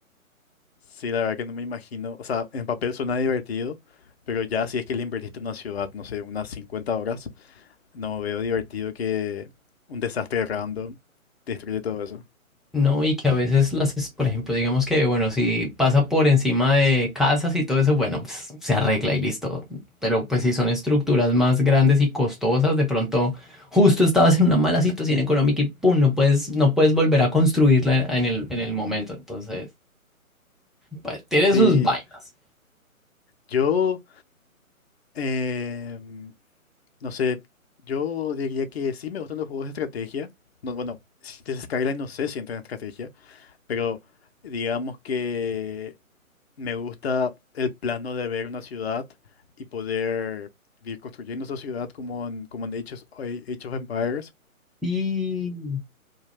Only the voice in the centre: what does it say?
No, y que a veces las, es- por ejemplo, digamos que, bueno, si pasa por encima de casas y todo eso, bueno, pues, se arregla y listo. Pero pues si son estructuras más grandes y costosas, de pronto justo estabas en una mala situación económica y pum, no puedes, no puedes volver a construirla en el, en el momento. Entonces. Pues, tiene
sus vainas.
Y